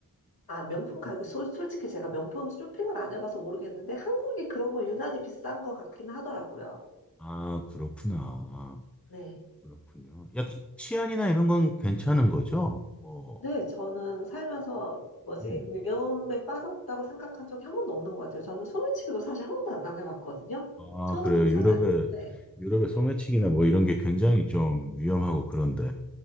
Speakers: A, on the left (about 85°); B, in the centre.
A: 아, 명품 가격, 솔- 솔직히 제가 명품 쇼핑을 안 해봐서 모르겠는데, 한국이 그런 거 유난히 비싼 것 같긴 하더라고요.
B: 아, 그렇구나. 아,
A: 네.
B: 그렇군요. 약간 치안이나 이런 건 괜찮은 거죠? 뭐,
A: 네, 저는 살면서 뭐지?
B: 음.
A: 위험에 빠졌다고 생각한 적이 한 번도 없는 것 같아요. 저는 소매치기도 사실 한 번도 안 당해봤거든요.
B: 아,
A: 저는
B: 그래요.
A: 괜찮아요.
B: 유럽에,
A: 네.
B: 유럽의 소매치기나 뭐 이런 게 굉장히 좀 위험하고 그런데.